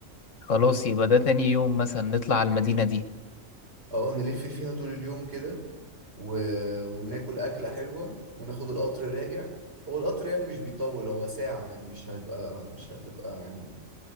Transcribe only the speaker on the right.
أه نلف فيها طول اليوم كده و... وناكل أكلة حلوة وناخد القطر راجع هو القطر يعني مش بيطول هو ساعة يعني مش هيبقى مش هتبقى يعني